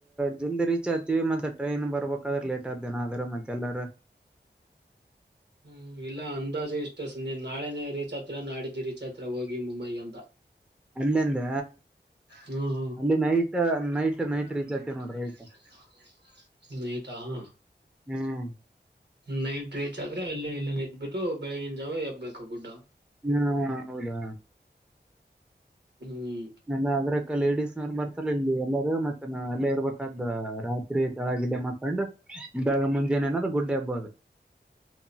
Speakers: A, in the centre; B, on the right.
A: ಜಲ್ದಿ ರೀಚ್ ಆಗ್ತೀವಿ ಮತ್ತೆ ಟ್ರೈನ್ ಬರ್ಬೇಕಾದ್ರೆ ಲೇಟ್ ಆದ್ದೇನ ಆದ್ರ ಮತ್ತೆ ಎಲ್ಲಾರ.
B: ಹ್ಮ್ ಇಲ್ಲ ಅಂದಾಜೆ ಇಷ್ಟ ಸಂಜೆ ನಾಳೆನೇ. ರೀಚ್ ಆಗ್ತೀರಾ ನಾಡಿದ್ದು ರೀಚ್ ಆಗ್ತೀರಾ ಹೋಗಿ ಮುಂಬೈ ಅಂತ.
A: ಅಲ್ಲಿಂದ
B: ಹ್ಮ ಹಾ.
A: ಅಲ್ಲಿ ನೈಟ್
B: <unintelligible>
A: ನೈಟ್ ನೈಟ್ ರೀಚ್ ಆಗ್ತೇವಿ ನೋಡ್ರಿ ರೈಟ್
B: ನೈಟ್ ಹಾ.
A: ಹ್ಮ್
B: ನೈಟ್ ರೀಚ್ ಆದ್ರೆ ಅಲ್ಲೇ ಇಲ್ಲ ಇಡ್ಬಿಟ್ಟು ಬೆಳಗಿನ ಜಾವ ಎಬ್ಬಬೇಕು ಗುಡ್ಡ.
A: ಹ ಹೌದಾ.
B: ಹ್ಮ್
A: ಇಲ್ಲ ಅದ್ರ ಅಕ್ಕ ಲೇಡಿಸಸ್ನನ್ ಬರ್ತಲ್ಲ ಇಲ್ಲಿ ಎಲ್ಲಾರ ಮತ್ತೆ ಅಲ್ಲೇ ಇರ್ಬೇಕಾದ ರಾತ್ರಿ ಕೆಳಗೆ ಮಾಕೊಂಡ್. ಬೇಗ ಮುಂಜಾನೇ ಅನ್ನೋದು ಗುಡ್ಡೆ ಹಬ್ಬೋದು.